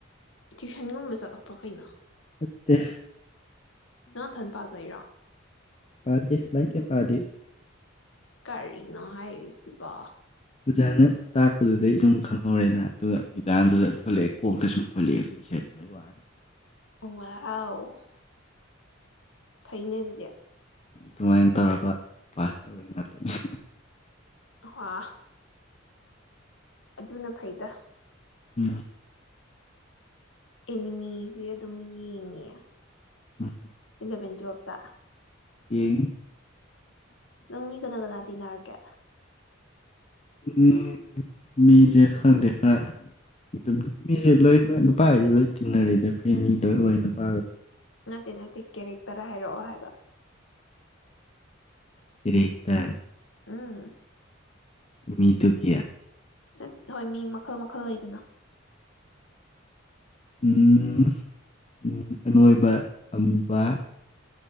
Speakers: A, on the left; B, on the left.
A: ꯇ꯭ꯨꯁꯟꯒꯨꯝꯕ ꯆꯠꯂꯛꯄ꯭ꯔꯣ ꯀꯩꯅꯣ
B: <unintelligible>
A: ꯅꯪ ꯊꯟ ꯄꯖꯩꯔꯣ
B: ꯄꯥꯗꯦꯂ ꯂꯥꯏꯔꯤꯛ ꯀꯌꯤꯝ ꯄꯥꯗꯦ꯫
A: ꯀꯔꯤꯅꯣ ꯍꯥꯏꯔꯤꯁꯤꯕꯣ
B: ꯑꯣꯖꯥꯅ ꯇꯥꯛꯄꯗꯨꯗꯩ ꯑꯗꯨꯝ ꯈꯪꯍꯧꯔꯦꯅ ꯑꯗꯨꯒ ꯑꯦꯛꯖꯥꯝꯗꯨꯗ ꯊꯣꯛꯂꯛꯑꯦ ꯀꯣꯛꯇ ꯁꯨꯝ ꯊꯣꯛꯂꯛꯑꯦ ꯑꯗꯨ ꯏꯁꯩ ꯑꯗꯨꯕꯒꯤ ꯋꯥꯅꯤ
A: <unintelligible> ꯍꯥꯎ ꯐꯩꯅꯦ ꯑꯗꯨꯗꯤ
B: ꯑꯗꯨꯨꯃꯥꯏꯅ ꯇꯧꯔꯒ ꯄꯥꯁ ꯇꯧꯔꯤ ꯉꯥꯛꯇꯅꯤꯅ
A: ꯍ ꯑꯗꯨꯅ ꯐꯩꯗ
B: ꯎꯝ
A: ꯑꯦꯅꯤꯃꯤꯁ ꯑꯗꯨꯝ ꯌꯦꯡꯉꯦ
B: ꯎꯝ
A: ꯏꯂꯚꯦꯟ ꯇꯨꯋꯦꯞ ꯇ
B: ꯏꯟ
A: ꯅꯪ ꯃꯤ ꯀꯅꯥ ꯀꯅꯥꯏ ꯇꯤꯟꯅꯔꯛꯀꯦ
B: ꯎꯝ ꯃꯤꯁꯦ ꯈꯪꯗꯦ ꯈꯔ ꯑꯗꯨꯝ ꯃꯤꯁꯦ ꯂꯣꯏ ꯅꯨꯄꯥ ꯍꯥꯏꯗꯤ ꯂꯣꯏ ꯇꯤꯟꯅꯔꯦꯗ ꯑꯩꯈꯣꯏ ꯑꯅꯤ ꯂꯣꯏ ꯑꯣꯏ ꯅꯨꯄꯥ
A: ꯅꯠꯇꯦ ꯅꯠꯇꯦ ꯀꯦꯔꯦꯛꯇꯔ ꯍꯥꯏꯔꯛꯑꯣ ꯍꯥꯏꯕ
B: ꯀꯦꯔꯦꯛꯇꯔ
A: ꯑꯥ
B: ꯃꯤ ꯇ ꯀꯌꯥ
A: <unintelligible> ꯍꯣꯏ ꯃꯤ ꯃꯈꯜ ꯃꯈꯜ ꯂꯩꯗꯅ
B: ꯎꯝ ꯎꯝ ꯑꯅꯣꯏꯕ ꯑꯃꯨꯕ